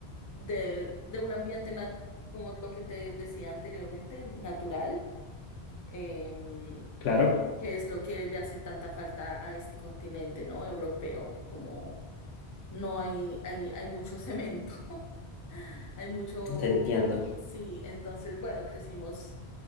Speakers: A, on the left; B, on the left.
A: de de un ambiente, nat- como lo que te decía anteriormente, natural, em,
B: Claro,
A: que es lo que le hace tanta falta a este continente, ¿no? Europeo, como no hay, hay, hay mucho cemento, <laughs> hay mucho,
B: te entiendo.
A: sí, entonces, bueno, crecimos